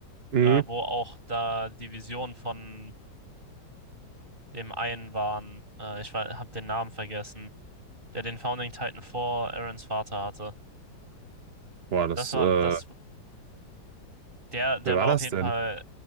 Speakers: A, on the right; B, on the right.
A: Mhm.
B: äh, wo auch da Divisionen von dem einen waren. Äh, ich habe den Namen vergessen, der den Founding Titan vor Aarons Vater hatte.
A: Boah, das,
B: Das war,
A: äh, wer
B: das, der, der
A: war
B: war auf
A: das
B: jeden
A: denn?
B: Fall,